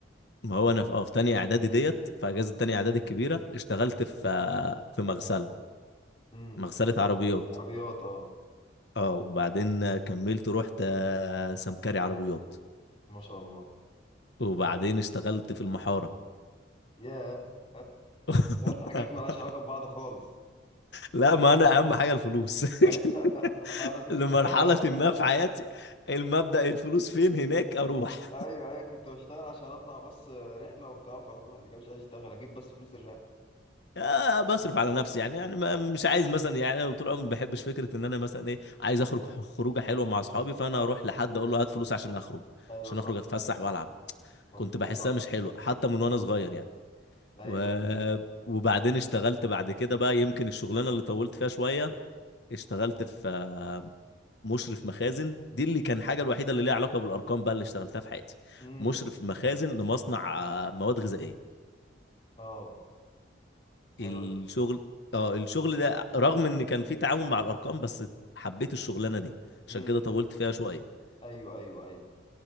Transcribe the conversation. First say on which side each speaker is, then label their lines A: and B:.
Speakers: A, on the left; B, on the left.
A: ما هو انا في آه، في تانية اعدادي ديت في
B: امم
A: اجازة تانية اعدادي الكبيرة اشتغلت في آه، في مغسلة
B: امم
A: مغسلة عربيات
B: عربيات اه
A: اه وبعدين آه، كملت رحت آه، سمكري عربيات
B: ما شاء الله
A: وبعدين اشتغلت في المحارة
B: ياه <laughs>
A: <laughs>
B: انت اشتغلت حاجات مالهاش علاقه ببعض خالص
A: لا ما انا اهم حاجة الفلوس
B: ايوه
A: <laughs>
B: <laughs> انا كنت
A: لمرحلة
B: بشتغل عشان
A: ما في حياتي المبدأ الفلوس فين هناك اروح
B: ايوه ايوه كنت بشتغل عشان اطلع بس رحله وبتاع وخلاص بعد كده مش عايز اشتغل اجيب بس فلوس الرحله
A: آه، بصرف على نفسي يعني يعني ما- مش عايز مثلا يعني أنا طول عمري ما بحبش فكره ان انا مثلا ايه عايز اخرج ح- خروجه حلوه مع اصحابي فانا
B: انا
A: اروح
B: حافظ
A: لحد
B: فلوس
A: اقول له هات فلوس عشان اخرج
B: ايوه
A: عشان
B: صح
A: اخرج اتفسح والعب
B: مظبوط
A: كنت بحسها
B: صح
A: مش حلوه حتى من وانا صغير يعني
B: ايوه
A: و... وبعدين اشتغلت بعد كده بقى يمكن الشغلانه اللي طولت فيها شويه اشتغلت في آه، مشرف مخازن دي اللي كان حاجه الوحيده اللي ليها علاقه بالارقام بقى اللي اشتغلتها في حياتي
B: امم
A: مشرف مخازن لمصنع آه، مواد غذائيه
B: اه حلوه
A: الشغل
B: دي
A: اه الشغل ده رغم ان كان في تعاون مع الارقام بس حبيت الشغلانه دي
B: امم
A: عشان كده طولت فيها شويه
B: ايوه ايوه ايوه